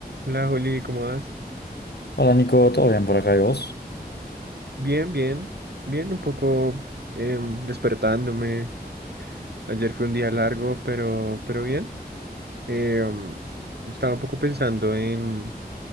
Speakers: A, on the right; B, on the left.
A: Hola, Juli, ¿cómo vas?
B: Hola Nico, ¿todo bien por acá y vos?
A: Bien, bien, bien, un poco em, despertándome. Ayer fue un día largo, pero, pero bien. Em, estaba un poco pensando en